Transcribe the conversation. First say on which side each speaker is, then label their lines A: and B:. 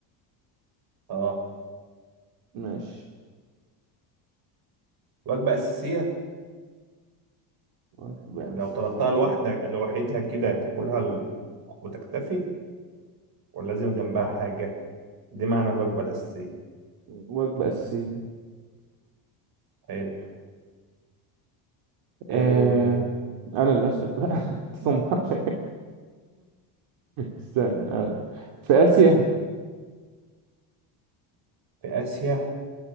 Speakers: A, on the right; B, on the right.
A: أه
B: ماشي
A: وجبة أساسية
B: وجبة
A: يعني لو
B: أساسية
A: طلبتها لوحدك لوحدها كده تاكلها ال- وتكتفي ولا لازم جنبها حاجة دي معنى الوجبة الأساسية
B: وجبة أساسية
A: حلو إيه
B: آه أنا اللي أسأل بقى <laughs> تطمعش استنى أقول. في آسيا
A: في آسيا